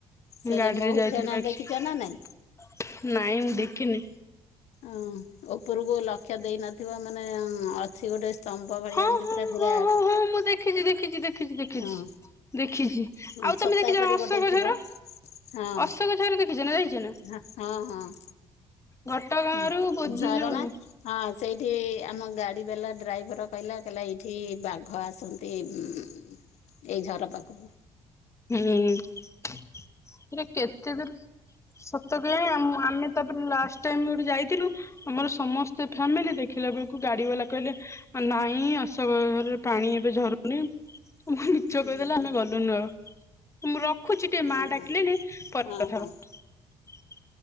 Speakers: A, on the left; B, on the left.
A: ସେ
B: ଗାଡିରେ
A: ଯୋଉ ମହୁ
B: ଯାଇଥିଲି
A: ଫେଣା
B: ବାକି
A: ଦେଖିଛ ନା ନାଇଁ?
B: ନାଇଁ ମୁଁ ଦେଖିନି।
A: ଅଁ, ଉପରକୁ ଲକ୍ଷ୍ୟ ଦେଇ ନଥିବ ମାନେ ଅଛି ଗୋଟେ ସ୍ତମ୍ବ ଭଳିଆ
B: ହଁ
A: ଏମିତି
B: ହଁ
A: ପୁରା ବିରାଟ
B: ହଁ ହଁ ହଁ ମୁଁ ଦେଖିଛି ଦେଖିଛି ଦେଖିଛି ଦେଖିଛି।
A: ଅଁ,
B: ଦେଖିଛି
A: ହଁ
B: ଆଉ ତମେ
A: ଛତା
B: ଦେଖିଛ
A: ପରି
B: ନା ଅଶୋକ
A: ଗୋଟେ ଥିବ।
B: ଝର
A: ହଁ,
B: ଅଶୋକ ଝର ଦେଖିଛ ନା ଯାଇଛ ନା?
A: ହଁ, ହଁ।
B: ଘଟଗାଁରୁ
A: ଉଁ,
B: ବୋଧେ
A: ଉଁ, ଝରଣା
B: ଯୋଉ
A: ହଁ ସେଇଠି ଆମ ଗାଡ଼ିବାଲା ଡ୍ରାଇଭର୍ କହିଲା କହିଲା ଏଇଠି ବାଘ ଆସନ୍ତି। ଉଁ, ଏଇ ଝର ପାଖକୁ।
B: ହୁଁ, ସେଟା କେତେ ଦୂର ସତ କହିବି ଆ, ମୁଁ ଆମେ ତାପରେ ଲାଷ୍ଟ ଟାଇମ୍ ଗୋଟେ ଯାଇଥିଲୁ। ଆମର ସମସ୍ତେ ଫ୍ୟାମିଲି ଦେଖି ଦେଖିଲା ବେଳକୁ ଗାଡିବାଲା କହିଲେ ନାଇଁ ଆସ ବରରେ ପାଣି ଏବେ ଝରୁନି। ମିଛ
A: ହୁଁ
B: କହିଦେଲେ
A: ହୁଁ
B: ଆମେ ଗଲୁନୁ ଆଉ। ରଖୁଛି ଟିକେ ମା
A: ହଁ
B: ଡାକିଲେଣି
A: ହଁ
B: ପରେ
A: ହଁ
B: କଥା
A: ହଁ
B: ହେବା।